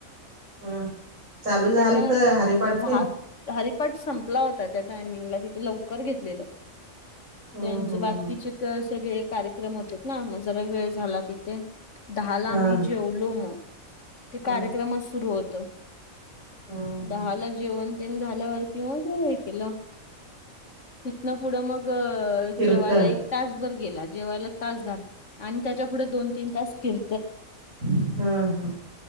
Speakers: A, on the right; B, on the left.
A: ह चालू
B: त्याच्यानंतर
A: झालत हरीपाठ
B: झाड
A: तेन
B: हरिपाठ संपला होता त्या टायमिंगला तिथे, लवकर घेतलेलं
A: हम्म
B: त्यांच
A: हम्म
B: बाकीचे सगळे कार्यक्रम होतात ना जरा वेळ झाला तिथे, दहाला
A: हम्म हा
B: आम्ही जेवलो मग
A: हा
B: ते कार्यक्रमच सुरू होत.
A: हम्म हम्म
B: दहाला जेवण तेन झाल्यावरती मग हे केलं तिथन पुढ मग
A: कीर्तन
B: जेवायला एक तासभर गेला जेवाला तास झाला आणि त्याच्या पुुढे दोन, तीन तास किर
A: हम्म हम्म